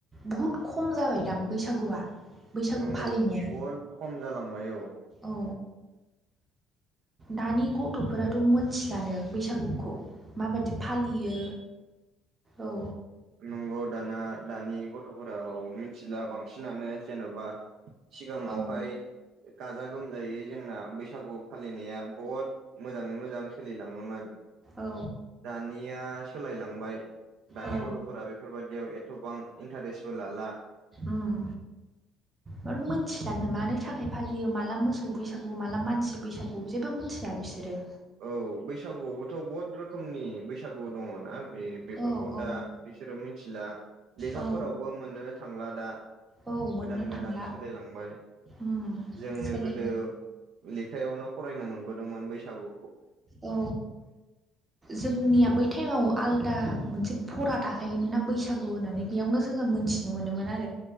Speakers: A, on the right; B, on the right.
A: बहुद खम जाबायदां बैसागुआ। बैसागु
B: नंगौ
A: फालिनाया
B: बहुद खम जालांबाय औ
A: औ दानि गथ'फोराथ' मोनथिलानो बैसागुखौ माबायदि फालियो। औ
B: नंगौ दाना दानि गथ' गथ'फोराव मिथिला बांसिनानो जेन'बा सिगाङावहाय
A: औ
B: गाजा गोमजायै जोंना बैसागु फालिनायाव बुहुत मोजाङै मोजां सोलिलाङोमोन
A: औ
B: दानिया सोलायलांबाय दानि
A: औ
B: गथ'फोरा बेफोरबायाददियाव एथबां इन्टारेस्टबो लाला।
A: उम। मो मिथिलानो मानो थाखाय फालियो माला मोसौ बैसागु माला मानसि बैसागु जेबो मिथिया बिसोरो।
B: औ बैसागुआवबोथ' बहुद रोखोमनि बैसागु दङ ना? बे बेफोरखौ
A: औ औ
B: दा बिसोरो मिथिला लेखाफोरावबो
A: औ
B: मोननोनो थांला दा
A: औ मोननो
B: गोदान गोदान
A: थांला
B: सोलिलांबाय।
A: उम
B: जोङो
A: सोलायो
B: गोदो लेखायावनो फरायनो मोनबोदोंमोन बैसागु।
A: औ जोंनिया बै टाइमाव आलदा मोनसे फरा थाखायोमोन ना बैसागु होननानै बेयावनो जोङो मोनथिनो मोनोमोन आरो